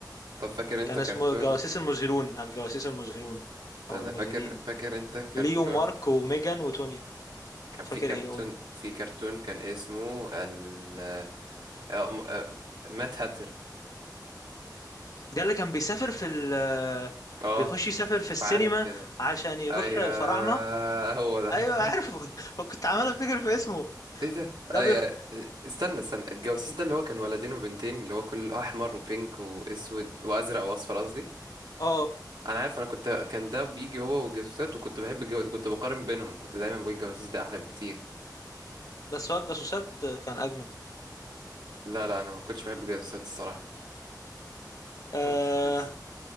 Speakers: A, on the right; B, on the left.
A: طب فاكر انت
B: كان
A: كرتون
B: اسمه الجواسيس المزهرون الجواسيس المزهرون او
A: انا
B: المزهرين
A: فاكر فاكر انت كرتون
B: ليو مارك وميجان وتوني
A: كان
B: فاكر
A: في كرتون
B: ايه اقول
A: في كرتون كان اسمه ال آه، م- آه، مات هاترن
B: ده اللي كان بيسافر في ال
A: اه
B: بيخش يسافر في السينما
A: في عالم كده
B: عشان يروح
A: ايوه
B: الفراعنة
A: هو ده
B: ايوه
A: <laughs>
B: عارفه <laughs> كنت عمال افتكر في اسمه
A: ايه ده
B: ده
A: ايوه
B: بيخ...
A: استنى استنى الجواسيس ده اللي هو كان ولدين وبنتين اللي هو كل احمر وبينك واسود وازرق واصفر قصدي
B: اه
A: انا عارف انا كنت كان ده بيجي هو والجاسوسات وكنت بحب الجو... كنت بقارن بينهم كنت دايما بقول الجواسيس ده احلى بكتير
B: بس هو الجاسوسات كان اجمد
A: لا لا انا ما كنتش بحب الجاسوسات الصراحه
B: آه
A: كان مستفز